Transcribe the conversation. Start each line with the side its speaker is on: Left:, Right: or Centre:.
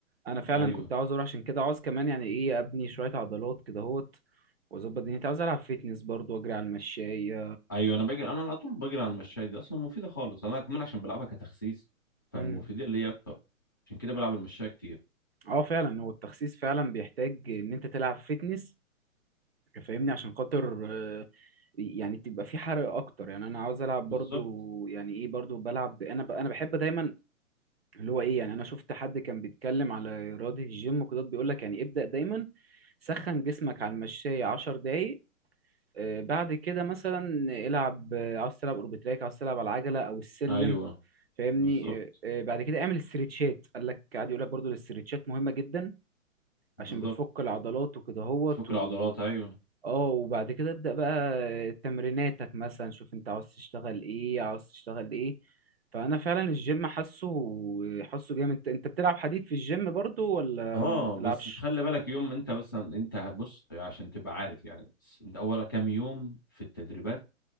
Right: انا فعلا
Left: ايوه
Right: كنت عاوز اروح عشان كده عاوز كمان يعني ايه ابني شوية عضلات كده اهوت واظبط دنيتي عاوز العب فيتنس برضو واجري على المشاية
Left: ايوه انا بجري انا على طول بجري على المشاية دي اصلا مفيده خالص انا كمان عشان بلعبها كتخسيس فمفيده
Right: امم
Left: ليا اكتر عشان كده بلعب المشاية كتير
Right: اه فعلا هو التخسيس فعلا بيحتاج ان انت تلعب فيتنس فاهمني عشان خاطر آه، يعني تبقى في حرق اكتر يعني انا عاوز العب برضو
Left: بالظبط
Right: يعني ايه برضو بلعب انا ب... انا بحب دايما اللي هو ايه يعني انا شفت حد كان بيتكلم على رياضة الجيم وكده بيقول لك يعني ابدأ دايما سخن جسمك على المشاية 10 دقايق آه، بعد كده مثلا العب آه، عاوز تلعب اوربتراك عاوز تلعب على العجلة او السلم
Left: ايوه
Right: فاهمني
Left: بالظبط
Right: آه، آه، بعد كده اعمل استريتشات قال لك قاعد يقول لك برضو الاستريتشات مهمة جدا
Left: بالظبط
Right: عشان بتفك العضلات وكده هوت
Left: فك
Right: و...
Left: العضلات ايوه
Right: اه وبعد كده ابدأ بقى تمريناتك مثلا شوف انت عاوز تشتغل ايه عاوز تشتغل ايه فانا فعلا الجيم حاسه حاسه جامد انت انت بتلعب حديد في الجيم برضو ولا
Left: اه
Right: ما بتلعبش
Left: بس تخلي بالك يوم انت بس انت بص عشان تبقى عارف يعني بس انت اول كام يوم في التدريبات